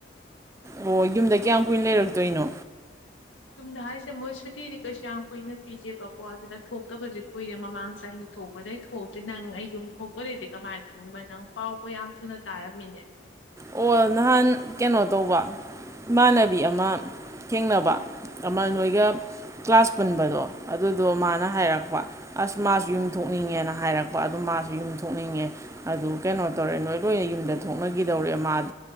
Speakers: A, on the right; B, on the left.
A: ꯑꯣ ꯌꯨꯝꯗ ꯀꯌꯥꯝ ꯀꯨꯏꯅ ꯂꯩꯔꯛꯇꯣꯏꯅꯣ
B: ꯌꯨꯝꯗ ꯍꯥꯏꯁꯦ ꯃꯣꯏ ꯁꯨꯇꯤꯗꯤ ꯀꯩꯁꯨ ꯌꯥꯝ ꯀꯨꯏꯅ ꯄꯤꯖꯦꯕꯀꯣ ꯑꯗꯨꯅ ꯊꯣꯛꯇꯕꯁ ꯀꯨꯏꯔꯦ ꯃꯃꯥꯡ ꯆꯍꯤ ꯊꯣꯛꯄꯗꯩ ꯊꯣꯛꯇ꯭ꯔꯤ ꯅꯪ ꯑꯩ ꯌꯨꯝ ꯊꯣꯛꯇꯣꯔꯦꯗꯤ ꯀꯃꯥꯏꯅ ꯈꯪꯏꯕ ꯅꯪ ꯄꯥꯎꯕ ꯌꯥꯝ ꯊꯨꯅ ꯇꯥꯔꯝꯃꯤꯅꯦ
A: ꯑꯣ ꯅꯍꯥꯟ ꯀꯩꯅꯣ ꯇꯧꯕ ꯏꯃꯥꯟꯅꯕꯤ ꯑꯃ ꯊꯦꯡꯅꯕ ꯑꯃ ꯅꯣꯏꯒ ꯀ꯭ꯂꯥꯁ ꯄꯨꯟꯕꯗꯣ ꯑꯗꯨꯗꯣ ꯃꯥꯅ ꯍꯥꯏꯔꯛꯄ ꯑꯁ ꯃꯥꯁꯨ ꯌꯨꯝ ꯊꯣꯛꯅꯤꯡꯉꯦꯅ ꯍꯥꯏꯔꯛꯄ ꯑꯗꯨ ꯃꯥꯁꯨ ꯌꯨꯝ ꯊꯣꯛꯅꯤꯡꯉꯦ ꯑꯗꯨ ꯀꯩꯅꯣ ꯇꯧꯔꯦ ꯅꯣꯏ ꯂꯣꯏꯅ ꯌꯨꯝꯗ ꯊꯣꯛꯅꯈꯤꯗꯧꯔꯦ ꯃꯥꯗ